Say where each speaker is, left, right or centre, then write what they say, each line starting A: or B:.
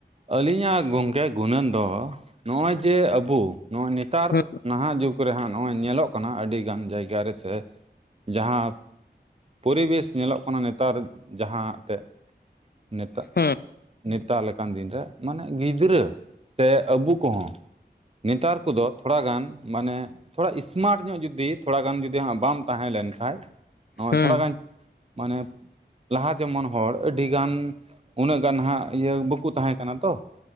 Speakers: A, on the right; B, on the left.
A: ᱟᱹᱞᱤᱧᱟᱜ ᱜᱚᱝᱠᱮ, ᱜᱩᱱᱟᱹᱱ ᱫᱚ, ᱱᱚᱜᱼᱚᱭ, ᱡᱮ, ᱟᱵᱩ ᱱᱚᱜᱼᱚᱭ ᱱᱮᱛᱟᱨ
B: ᱦᱩᱸ
A: ᱱᱟᱦᱟᱜ ᱡᱩᱜᱽ ᱠᱚᱨᱮ ᱦᱟᱸᱜ, ᱱᱚᱜᱼᱚᱭ ᱧᱮᱞᱚᱜ ᱠᱟᱱᱟ ᱾ ᱟᱹᱰᱤ ᱜᱟᱱ, ᱡᱟᱭᱜᱟ ᱨᱮ ᱥᱮ ᱡᱟᱦᱟᱸ ᱯᱚᱨᱤᱵᱮᱥ ᱧᱮᱞᱚᱜ ᱠᱟᱱᱟ ᱾ ᱱᱮᱛᱟᱨ ᱡᱟᱦᱟᱸ ᱛᱮ, ᱱᱮᱛᱟᱜ ᱾
B: ᱦᱮᱸ <unintelligible>
A: ᱱᱮᱛᱟᱜ ᱞᱮᱠᱟᱱ ᱫᱤᱱᱨᱮ, ᱢᱟᱱᱮ, ᱜᱤᱫᱽᱨᱟᱹ ᱥᱮ, ᱟᱵᱩ ᱠᱚᱸᱦᱚᱸ ᱱᱮᱛᱟᱨ ᱠᱟᱫᱚ ᱛᱷᱚᱲᱟ ᱜᱟᱱ, ᱢᱟᱱᱮ, ᱛᱷᱚᱲᱟ ᱤᱥᱢᱟᱴ ᱧᱚᱜ ᱡᱩᱫᱤ, ᱛᱷᱚᱲᱟ ᱜᱟᱱ ᱡᱩᱫᱤ ᱦᱟᱸᱜ ᱵᱟᱢ ᱛᱟᱦᱮᱸ ᱞᱮᱱ ᱠᱷᱟᱡᱽ, ᱱᱚᱜᱼᱚᱭ
B: ᱦᱩᱸ
A: ᱛᱷᱚᱲᱟ ᱜᱟᱱ, ᱢᱟᱱᱮ, ᱞᱟᱦᱟ ᱡᱮᱢᱚᱱ ᱦᱚᱲ, ᱟᱹᱰᱤ ᱜᱟᱱ ᱩᱱᱟᱹᱜ ᱜᱟᱱ ᱦᱟᱸᱜ, ᱤᱭᱟᱹ ᱵᱟᱹᱠᱩ ᱛᱟᱦᱮᱸ ᱠᱟᱱᱟ ᱛᱚ ᱾